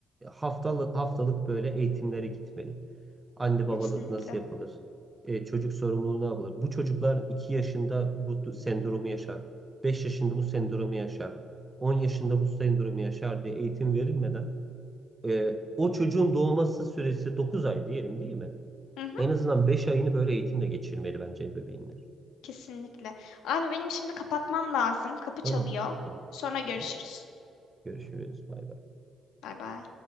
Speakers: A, on the right; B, on the left.
A: haftalık haftalık böyle eğitimlere gitmeli. Anne babalık
B: kesinlikle.
A: nasıl yapılır? E, çocuk sorumluluğu ne yapılır? Bu çocuklar 2 yaşında bu du- sendromu yaşar. beş yaşında bu sendromu yaşar. on yaşında bu sendromu yaşar diye eğitim verilmeden e, o çocuğun doğması süresi 9 ay diyelim değil mi?
B: Hı hı,
A: En azından 5 ayını böyle eğitimle geçirmeli bence ebeveynler.
B: kesinlikle. Abi benim şimdi kapatmam lazım. Kapı çalıyor.
A: Tamam. Tamam.
B: Sonra görüşürüz.
A: tamam. Görüşürüz. Bay bay.
B: Bay bay.